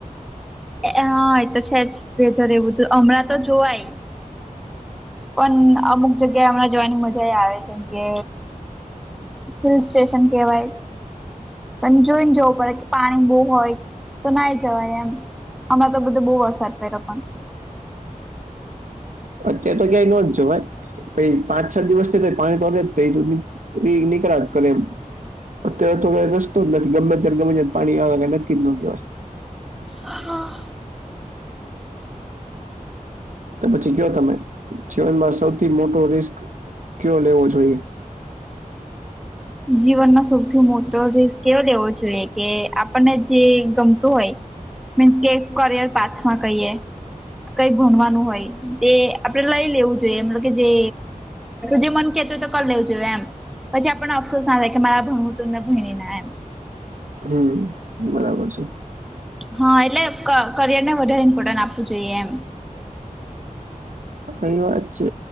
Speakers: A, in the centre; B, on the right (about 65°).
A: હા એ તો છે જ વેધર એવું તો હમણાં તો જોવાય. પણ અમુક જગ્યા એ હમણાં જવાની મજા એ આવે જેમ કે હિલ સ્ટેશન કહેવાય પણ જોઈને જવું પડે કે પાણી બોવ હોય તો ના જવાય એમ. હમણાં તો બધો બહુ વરસાદ પડયો પણ
B: અત્યાર તો ક્યાંય ન જ જવાય. પછી પાંચ છ દિવસ તોડ પાણી જ થ નીકળયા કરેલ અત્યારે તો કઈ રસ્તો જ નથી ગમે ત્યારે ગમે તે જગ્યાએ પાણી આવે કે નક્કી જ ન કહેવાય.
A: હા.
B: તો પછી કયો તમે જીવનમાં સૌથી મોટો રિસ્ક કયો લેવો જોઈએ?
A: જીવનમાં સૌથી મોટો રીસ્ક કેવો લેવો જોઈએ? કે આપણને જે ગમતું હોય મીન્સ કે કરિયર પાથમાં કહીએ કઈ ભણવાનું હોય તે આપડે લઈ લેવું કે જે જે મન કેતો તો કર લેવું જોઈએ એમ પછી આપણને ગુસ્સો આવે કે મારે ભણવુ તું મે ભણી નઈ એમ.
B: હમ્મ બરાબર છે.
A: હા એટલે કરિયર ને વધારે ઇમ્પોર્ટન્સ આપવું જોઈએ એમ.
B: એ ખરી વાત છે.